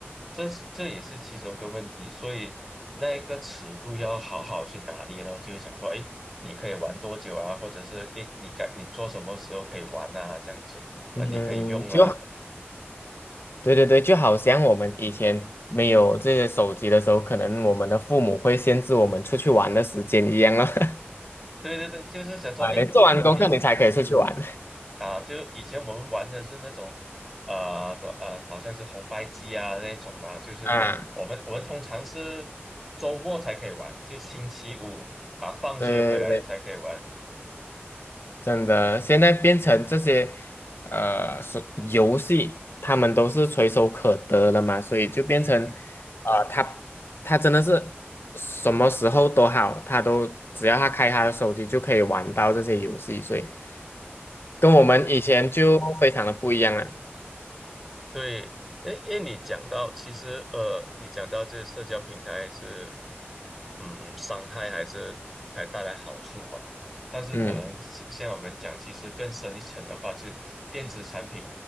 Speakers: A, in the centre; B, on the left (about 60°).
A: 这这也是其中一个问题，所以那一个尺度要好好去拿捏呢，就是想说，哎，你可以玩多久啊，或者是哎，诶你该你做什么时候可以玩啊，这样子，啊，
B: 嗯，
A: 你可以用啊，
B: 就对对对，就好像我们以前没有这些手机的时候，可能我们的父母会限制我们出去玩的时间一样了。<laughs>
A: 对对对，就是想说，
B: 啊，
A: 哎，
B: 你做完功课你才可以出去玩。
A: 你啊，就以前我们玩的是那种，呃的呃，好像是红白机啊那种嘛，就是我们我们通常是周末才可以玩，
B: <laughs> 啊，
A: 就星期五啊，放学回来才可以玩，
B: 对对对对，真的，现在变成这些呃手游戏，他们都是垂手可得了嘛，所以就变成
A: 嗯，嗯嗯，
B: 呃，他他真的是什么时候都好，他都只要他开他的手机就可以玩到这些游戏，所以跟我们以前就非常的不一样了。
A: 对，诶诶，你讲到其实呃，你讲到这社交平台是，嗯，伤害还是还带来好处吧？但是可能像像我们讲，
B: 嗯，
A: 其实更深一层的话，就电子产品